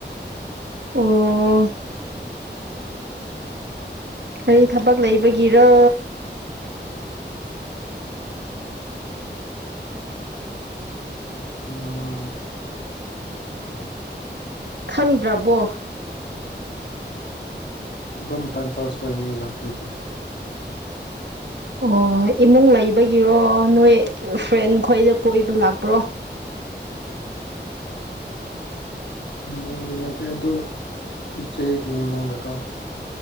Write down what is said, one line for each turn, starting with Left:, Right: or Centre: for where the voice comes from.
Right: ꯑꯣ ꯀꯔꯤ ꯊꯕꯛ ꯂꯩꯕꯒꯤꯔꯣ
Left: ꯍ <unintelligible>
Right: ꯈꯪꯗ꯭ꯔꯕꯣ
Left: ꯑꯗꯨꯝ ꯇꯥꯏꯝ ꯄꯥꯁ ꯑꯣꯏꯅꯤ ꯂꯥꯛꯄꯅꯤꯅ
Right: ꯑꯣ ꯏꯃꯨꯡ ꯂꯩꯕꯒꯤꯔꯣ ꯅꯣꯏ ꯐ꯭ꯔꯦꯟ ꯈꯣꯏꯗ ꯀꯣꯏꯕ ꯂꯥꯛꯄ꯭ꯔꯣ
Left: ꯏꯃꯨꯡꯗꯤ ꯅꯠꯇꯦ ꯑꯗꯨꯗ ꯏꯆꯦꯒꯤ ꯏꯃꯨꯡꯗꯀꯣ